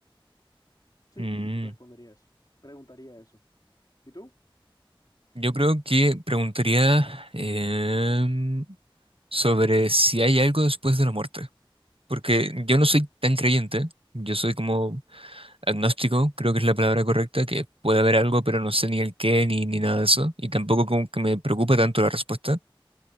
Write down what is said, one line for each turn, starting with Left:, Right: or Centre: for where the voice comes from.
Left: Sí,
Right: Mm,
Left: respondería eso. Preguntaría eso. ¿Y tú?
Right: Yo creo que preguntaría em, sobre si hay algo después de la muerte, porque yo no soy tan creyente, yo soy como agnóstico, creo que es la palabra correcta, que puede haber algo, pero no sé ni el qué ni, ni nada de eso, y tampoco como que me preocupa tanto la respuesta,